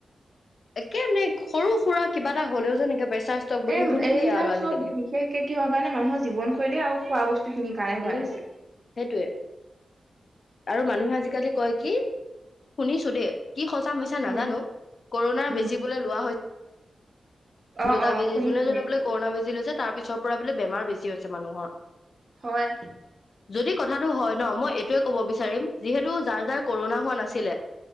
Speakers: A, on the left; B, on the right.
A: এ কেনে? সৰু সুৰা কিবা এটা হলেও যেনেকে প্ৰেছাৰ ষ্টক বুলি
B: এ
A: শুনিবি
B: এইবিলাক
A: আও আজিকালি।
B: চব বিশেষকে কিহৰ কাৰণে মানুহৰ জীৱনশৈলী আৰু খোৱা বস্তু। সেই খিনি কাৰণে হোৱা
A: উম
B: আছে।
A: সেইটোয়ে আৰু মানুহে আজিকালি কয় কি শুনিছো দেই। কি সঁচা মিছা নাজানো
B: উম
A: কৰোণাৰ
B: উম
A: বেজি বুলে লোৱা হৈ।
B: অ
A: দুটা
B: অ
A: বেজি
B: শুনিছো
A: যোনে
B: শুনিছো
A: যোনে বোলে কৰোণা বেজি লৈছে তাৰ পিছত। ছৰ পৰা বোলে বেমাৰ বেছি হৈছে মানুহৰ।
B: হয়।
A: যদি কথাটো হয় ন মই এইটোৱে ক'ব বিচাৰিম যিহেতু যাৰ যাৰ কৰোণা হোৱা নাছিলে